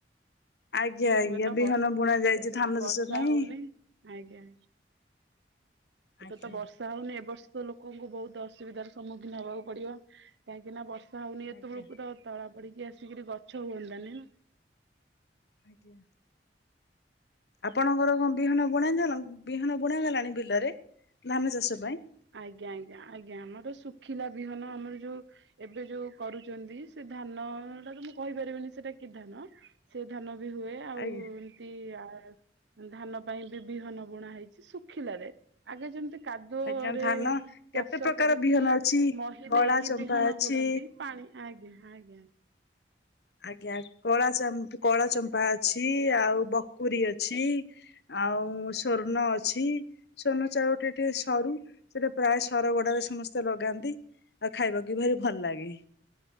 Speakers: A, on the left (about 65°); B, on the right (about 85°).
A: ଆଜ୍ଞା ଆଜ୍ଞା
B: ଏବେ ତ
A: ବିହନ
B: ବର୍ଷ୍
A: ବୁଣା ଯାଇଛି
B: ଏବେ
A: ଧାନ
B: ତ ବର୍ଷା
A: ଚାଷ ପାଇଁ
B: ହୋଉନି ଆଜ୍ଞା। ଏବେ
A: ଆଜ୍ଞା
B: ତ ବର୍ଷ୍ ର୍ଷା ହୋଉନି ଏବ ବର୍ଷ ଲୋକଙ୍କୁ ବୋହୁତ ଅସୁବିଧାର ସମ୍ମୁଖୀନ ହବାକୁ ପଡିବ କାହିଁକି ନା ବର୍ଷ୍ ର୍ଷା ହୋଉନି
A: ଆଜ୍ଞା
B: ଏତବେଳକୁ ତ ତଳା ପଡିକି ଆସିକିରି ଗଛ ହୁଅନ୍ତା ନି ନା।
A: ଆଜ୍ଞା। ଆପଣଙ୍କର କଣ ବିହନ ବୁଣା ହେଇସାଲନ ବିହନ ବୁଣାଗଲାଣି ବିଲରେ ଧାନ ଚାଷ ପାଇଁ?
B: ଆଜ୍ଞା ଆଜ୍ଞା ଆଜ୍ଞା ଆମର ଶୁଖିଲା ବିହନ ଆମର ଯୋଉ ଏବେ ଯୋଉ କରୁଚନ୍ତି ସେ ଧାନଟା ତ ମୁଁ କହିପାରିବିନି ସେଟା କି ଧାନ ସେ ଧାନ ବି ହୁଏ ଆଉ
A: ଆଜ୍ଞା।
B: ଏମ ତି ଆ ଧାନ ପାଇଁ ବି ବିହନ ବୁଣା ହେଇଚି ଶୁଖିଲାରେ ଆଗେ ଯେମତି କାଦୁଅ
A: ଆଜ୍ଞା
B: ରେ
A: ଧାନ କେତେ
B: ଚାଷ
A: ପ୍ରକାର
B: କରିକି
A: ବିହନ ଅଛି
B: ମହି
A: କଳା
B: ଦେଇକି
A: ଚମ୍ପା
B: ବିହନ
A: ଅଛି
B: ବୁଣନ୍ତି ପାଣି ଆଜ୍ଞା। ଆଜ୍ଞା ଆ
A: ଆଜ୍ଞା କଳା ଚାମ୍ପ୍ କଳା ଚମ୍ପା ଅଛି ଆଉ ବକୁରି ଅଛି। ଆଉ ସ୍ଵର୍ଣ୍ଣ ଅଛି ସ୍ଵର୍ଣ୍ଣ ଚାଉଳଟା ଟିକେ ସରୁ। ସେଟା ପ୍ରାୟେ ସରଗଡାରେ ସମସ୍ତେ ଲଗାନ୍ତି। ଆଉ ଖାଇବାକୁ ଭାରି ଭଲ ଲାଗେ